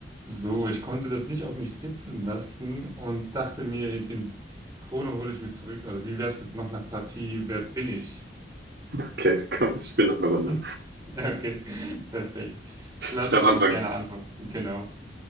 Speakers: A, on the right; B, on the right.
A: So, ich konnte das nicht auf mich sitzen lassen und dachte mir, ey, den Krone hole ich mir zurück. Also wie wär's mit noch einer Partie? Wer bin ich?
B: Okay, <laughs> komm, ich spiele noch eine Runde.
A: <laughs> Ja, Okay, perfekt. Ich lasse
B: Ich darf
A: dich
B: anfangen.
A: auch gerne antworten. Genau.